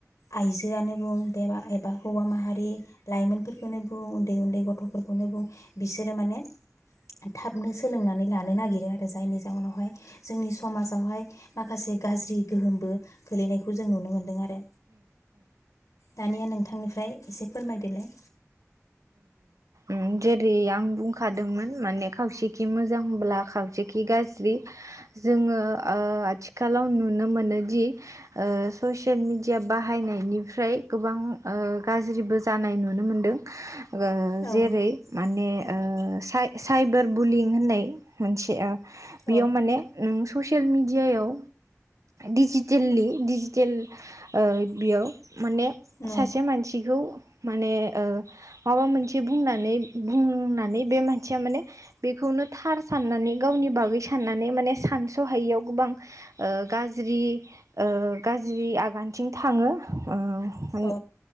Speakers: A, on the left (about 70°); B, on the right (about 75°).
A: आइजोआनो बुं एबा हौवा माहारि लाइमोनफोरखौनो बुं उन्दै उन्दै गथ'फोरखौनो बुं बिसोरो माने थाबनो सोलोंनानै लानो नागिरो आरो जायनि जाहनावहाय जोंनि समाजावहाय माखासे गाज्रि गोहोमबो गोलैनायखौ जों नुनो मोन्दों आरो। दानिया नोंथांनिफ्राय एसे फोरमायदोलाय।
B: ओम जेरै आं बुंखादोंमोन माने खावसेथिं मोजांब्ला खावसेखै गाज्रि जोङो ओ आथिखालाव नुनो मोनोदि ओ ससियेल मेडिया बाहायनायनिफ्राय गोबां ओ गाज्रिबो जानाय नुनो मोनदों ओ
A: औ
B: जेरै माने ओ साइ साइबार बुलिं होननाय मोनसे ओं बेयाव
A: औ
B: माने उम ससियेल मेडियायाव डिजिटेलि दिजिटेल ओ बेयाव माने
A: नौ
B: सासे मानसिखौ माने ओ माबा मोन से बुंनानै बुंनानै बे मानसिया माने बेखौनो थार साननानै गावनि बागै साननानै माने सानस'हायियाव गोबां ओ गाज्रि ओ गाज्रि आगानथिं थाङो ओ उम ओ
A: औ